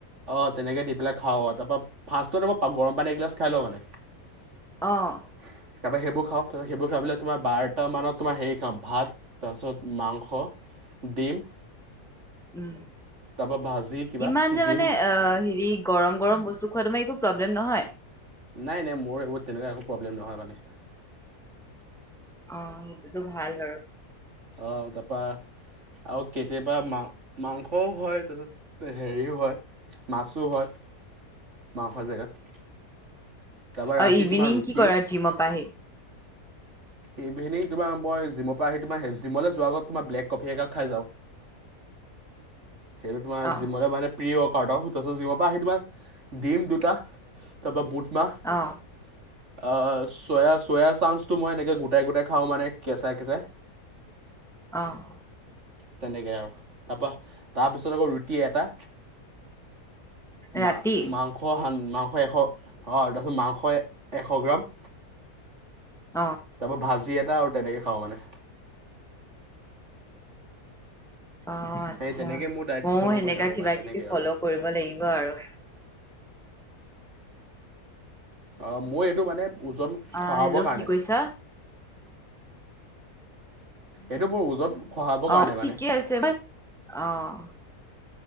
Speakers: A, on the right; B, in the centre.
A: অ' তেনেকে দি পেলাই খাওঁ অ' তাৰ পৰা ফাৰ্ষ্টত তোমাৰ গৰম পানী এগিলাছ খাই লও মানে তাৰ
B: অ'
A: পৰা সেইবোৰ খাওঁ তাৰপৰা সেইবোৰ খাই পেলাই তোমাৰ বাৰটা মানত তোমাৰ হেৰি খাওঁ ভাত তাৰপিছত মাংস ডিম
B: উম
A: তাৰপৰা ভাজি কিবা
B: ইমান যে
A: ডিম
B: মানে অ' হেৰি গৰম গৰম বস্তু খোৱা তোমাৰ একো প্ৰব্লেম নহয়
A: নাই নাই মোৰ এইবোৰ তেনেকুৱা একো প্ৰব্লেম নহয় মানে
B: অ' সেইটোত ভাল বাৰু
A: অঁ তাপা আৰু কেতিয়াবা মা মাংসও হয় হেৰিও হয় মাছো হয় মাংসৰ জেগাত তাৰপৰা ৰাতি
B: অ' ইভিনিং
A: তোমাৰ ৰুটি
B: কি কৰাৰ জিমৰ পৰা আহি
A: ইভিনিং তোমাৰ মই জিমৰ পৰা পৰা আহি তোমাৰ হে জিমলৈ যোৱাৰ আগত তোমাৰ ব্লেক কফি একাপ খাই যাও সেইটো তোমাৰ
B: অ'
A: জিমলে মানে প্ৰি ৱৰ্ক আৰু ন তাৰ পিছত জিমৰ পৰা আহি তোমাৰ দিম দুটা <unintelligible> দুটা তাৰ পৰা বুটমাহ
B: অ'
A: অ' চয়া চয়া চাংচটো মই এনেকে গোটাই গোটাই খাও মানে <unintelligible> কেঁচা কেচাই
B: অঁ
A: তেনেকে আৰু তাৰপিছত আকৌ ৰুটি এটা মা
B: ৰাতি
A: মাংস মাংস এশ অ' তাৰপিছত মাংস এশ এশ গ্ৰাম
B: অ'
A: তাৰ পৰা ভাজি এটা আৰু তেনেকে খাওঁ মানে
B: অঁ অঁ আটচ্ছা
A: সেই তেনেকৈ মোৰ ডায়েট
B: ময়ো
A: ফ'ল'
B: সেনেকা
A: কৰি থাকোঁ
B: কিবা
A: মানে তেনেকৈ
B: কিবি ফল'
A: আৰু
B: কৰিব লাগিব আৰু
A: অঁ মই এইটো মানে ওজন
B: অঁ
A: খহাবৰ
B: হেল্ল'
A: কাৰণে
B: কি কৈছা <unintelligible>
A: এইটো মোৰ ওজন খহাবৰ
B: অঁ
A: কাৰণে
B: ঠিকে
A: মানে
B: আছে মই অঁ